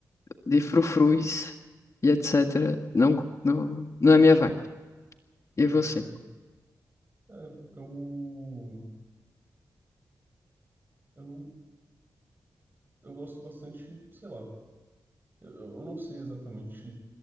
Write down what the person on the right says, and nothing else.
pode crer. É, eu, eu, eu gosto bastante, sei lá, eu, eu não sei exatamente